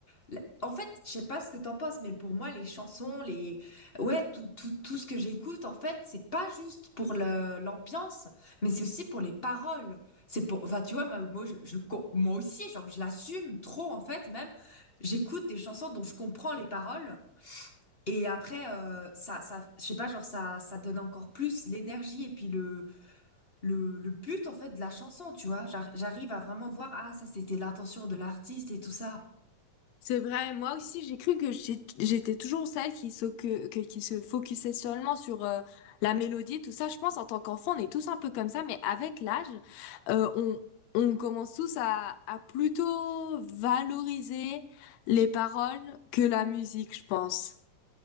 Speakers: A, on the left; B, on the left.
A: La- En fait, je sais pas ce que t'en penses, mais pour moi, les chansons, les, ouais, tout, tout, tout ce que j'écoute, en fait, c'est pas juste pour le- l'ambiance, mais c'est aussi pour les paroles. C'est pour, enfin, tu vois, moi, moi, je, je co- moi aussi, genre, je l'assume trop, en fait, même, j'écoute des chansons dont je comprends les paroles, et après, euh, ça, ça, je sais pas, genre, ça, ça donne encore plus l'énergie et puis le, le, le but, en fait, de la chanson, tu vois. J'ar- J'arrive à vraiment voir, ah, ça, c'était l'intention de l'artiste et tout ça.
B: C'est vrai, moi aussi j'ai cru que j'ai- j'étais toujours celle qui se, que, que- qui se focusait seulement sur euh, la mélodie, tout ça. Je pense en tant qu'enfant, on est tous un peu comme ça, mais avec l'âge, euh, on, on commence tous à, à plutôt valoriser les paroles que la musique, je pense.